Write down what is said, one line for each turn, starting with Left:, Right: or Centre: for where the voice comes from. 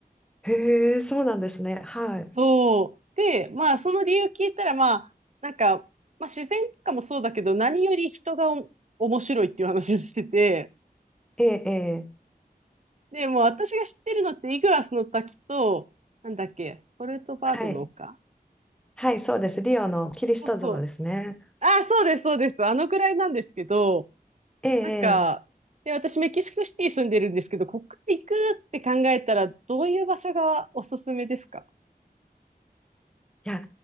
Centre: へえ、そうなんですね。はい。
Right: そう。で、まあ、その理由聞いたら、まあ、なんか、まあ、自然とかもそうだけど、何より人がお面白いっていう話をしてて、
Centre: ええ、ええ
Right: で、もう私が知ってるのって、イグアスの滝と、なんだっけ、ポルトバードの丘
Centre: はい。はい、そうです。リオのキリスト像ですね。
Right: そうそう。あ、そうです、そうです。あのくらいなんですけど、
Centre: ええ、
Right: なんか、
Centre: ええ
Right: で、私メキシコシティ住んでるんですけど、ここから行くって考えたら、どういう場所がおすすめですか
Centre: いや、